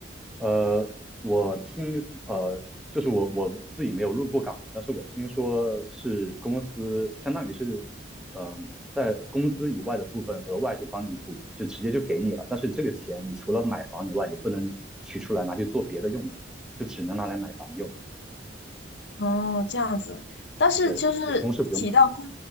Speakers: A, in the centre; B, on the left.
A: 呃，我听呃，就是我我自己没有入过岗嘛，但是我听说是公司相当于是，嗯、在工资以外的部分额外就帮你补，就直接就给你了。但是这个钱你除了买房以外，你不能取出来拿去做别的用途，就只能拿来买房用。
B: 哦，这样子。但是就是提到公，
A: 对，员工是不用补的。